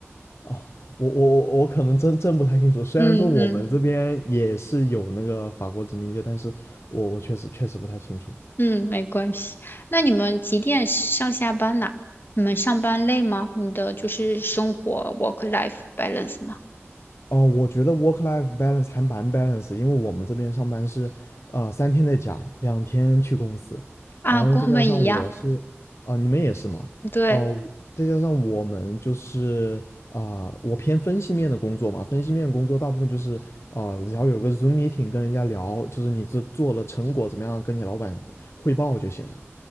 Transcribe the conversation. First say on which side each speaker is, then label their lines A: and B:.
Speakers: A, on the left (about 65°); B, on the left (about 50°).
A: 哦，我我我可能真真不太清楚。虽然说我们这边也是有那个法国殖民地，
B: 嗯嗯
A: 但是我我确实确实不太清楚。
B: 嗯，没关系。那你们几点上下班呐？你们上班累吗？你的就是生活 work life balance 吗？
A: 哦，我觉得 work life balance 还蛮 balance，因为我们这边上班是，呃，三天在家，两天去公司，
B: 啊，
A: 然后呢，
B: 跟我们一样。
A: 再加上我是，啊、你们也是嘛，
B: 对，
A: 哦、再加上我们就是，啊、我偏分析面的工作嘛，分析面的工作大部分就是，啊、只要有个 Zoom meeting 跟人家聊，就是你这做了成果怎么样，跟你老板汇报就行了，